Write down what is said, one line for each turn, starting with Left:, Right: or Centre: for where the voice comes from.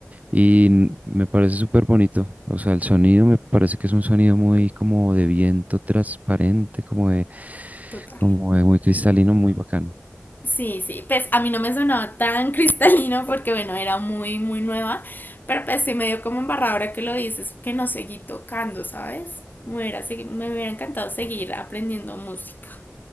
Right: y n- me parece súper bonito. O sea, el sonido me parece que es un sonido muy como de viento transparente, como de,
Left: total.
Right: como de muy cristalino, muy bacán.
Left: Sí, sí, pues a mí no me sonaba tan <laughs> cristalino porque bueno, era muy, muy nueva, pero pues sí me dio como embarradora ahora que lo dices, que no seguí tocando, ¿sabes? Me hubiera, segui- me hubiera encantado seguir aprendiendo música.